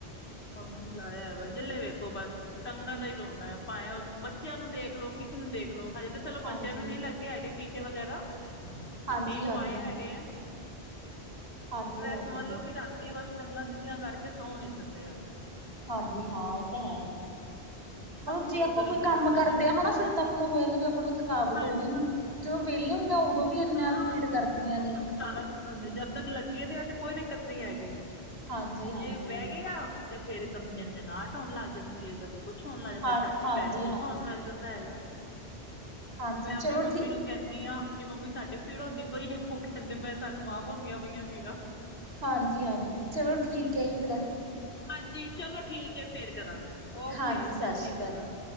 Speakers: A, on the left; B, on the right.
A: ਹੁਨ ਕੀ ਲਾਇਆ ਹੈਗਾ ਜਿਸ ਲੇ ਵੇਖੋ ਬਸ ਟੰਗਾ ਦਾ ਹੀ ਰੋਂਨਾ ਹੈ ਭਾਏ ਉਹ ਬੱਚੇਆਂ ਨੂੰ ਦੇਖ ਲੋ ਕਿਸੇ ਨੂੰ ਦੇਖ ਲੋ ਹਜੇ ਤੇ ਚਲੋ
B: ਹਾਂਜੀ,
A: ਬੱਚੇਆਂ ਨੂੰ ਨਹੀਂ ਲੱਗੇ ਹੈਗੇ ਟੀਕੇ ਵਗੈਰਾ,
B: ਹਾਂਜੀ,
A: ਅਸੀਂ ਲਵਾਏ
B: ਹਾਂਜੀ,
A: ਹੈਗੇ ਹੈ।
B: ਹਾਂਜੀ,
A: ਪਰ ਇਹ
B: ਹਾਂਜੀ।
A: ਸਮਝ ਲਓ ਕਿ ਰਾਤੀ ਬਸ ਟੰਗਾ ਸਿੱਧੀਆਂ ਕਰਕੇ ਸੌ ਨੀ ਸਕਦੇ ਹੈਗੇ।
B: ਹਾਂਜੀ ਹਾਂ ਇਹ ਤਾਂ ਹੈ। ਮਤਲਬ
A: ਨਾ ਪੀੜ
B: ਜੇ ਆਪਾਂ
A: ਦਰਦ
B: ਕੋਈ
A: ਦਰ
B: ਕੰਮ
A: ਖਲੋ
B: ਕਰਦੇ
A: ਜਾਓ
B: ਹਨਾ ਫਿਰ ਤਾਂ ਆਪਾਂ ਨੂੰ ਹੋ ਜਾਦਾ ਵੀ ਆਪਾਂ ਨੂੰ ਥਕਾਵਟ
A: ਹਾਂਜੀ
B: ਹੋਗੀ ਹੁਣ ਜਦੋਂ ਵਿਹਲੇ ਹੁੰਨੇ ਆ ਉਦੋਂ ਵੀ ਇੰਨਾ
A: ਹਾਂ
B: ਪੀੜ ਕਰਦੀਆਂ
A: ਉਹ ਤਾਂ
B: ਨੇ।
A: ਸਾਨੂੰ ਸਾਰਾ ਜਦ ਤਕ ਲੱਗੇ ਦੇ ਆ ਤੇ ਕੋਈ ਦਿੱਕਤ ਨੀ ਹੈਗੀ,
B: ਹਾਂਜੀ, ਹਾਂਜੀ,
A: ਜੇ ਬਹਿ ਗਏ ਆ ਤੇ ਫੇਰ ਇੱਕਦਮ ਜੰਜਨਾਹਟ ਹੋਨ ਲੱਗ ਜਾਂਦੀ ਹੈ ਕਦੀ। ਕੁੱਛ ਹੋਨ ਲੱਗ ਜਾਂਦਾ
B: ਹਾਂ
A: ਝਟ ਹੀ
B: ਹਾਂਜੀ,
A: ਪੈਰ ਸੁਨ
B: ਹਾਂਜੀ।
A: ਹੋਨ ਲੱਗ ਜਾਂਦਾ ਹੈਗਾ।
B: ਹਾਂਜੀ
A: ਮੈਂ
B: ਚਲੋ
A: ਅਪਨੀ ਮੰਮੀ
B: ਠੀਕ
A: ਨੂੰ ਕਹਿੰਨੀ ਆ ਕਿ ਮੰਮੀ ਸਾਡੇ ਪੀੜ ਹੁੰਂਦੀ ਪਈ ਏ ਉਹ ਕਹਿੰਦੇ ਮੈਂ ਸਾਨੂੰ ਆਪ ਹੋਂਦੀਆਂ ਪਈਆਂ ਪੀੜਾਂ।
B: ਹਾਂਜੀ-ਹਾਂਜੀ ਚਲੋ ਠੀਕ ਹੈ ਜੀ ਫੇਰ
A: ਹਾਂਜੀ ਚਲੋ ਠੀਕ ਹੈ ਫੇਰ ਕਰਾਂਗੇ ਓਕੇ
B: ਹਾਂਜੀ
A: ਸਤ
B: ਸਤਿ ਸ਼੍ਰੀ
A: ਸ੍ਰੀ
B: ਅਕਾਲ
A: ਕਾਲ।
B: ਜੀ।